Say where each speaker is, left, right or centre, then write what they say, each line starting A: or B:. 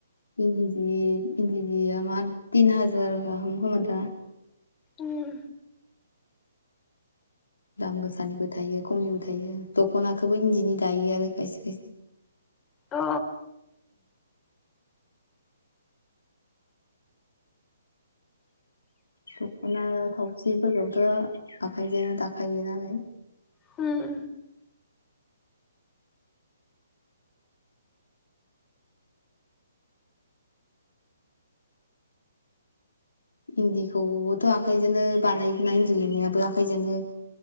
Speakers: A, on the left (about 85°); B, on the left (about 20°).
A: इन्दि-इन्दि जिया मा तिन हाजार गाहाम खोमा दा।
B: ओम।
A: दाम गोसानिबो थायो खमनिबो थायो दख'नाखौबो इन्दिनि दायो आरो खायसे-खायसे। <inaudible>
B: अ!
A: दख'ना थावसिफोरखौथ' आखायजों दाखायो नालाय।
B: होम।
A: इन्दिखौबोथ' आखाइजोंनो बानायनाय इन्दि लिरनायाबो आखाइजोंनो।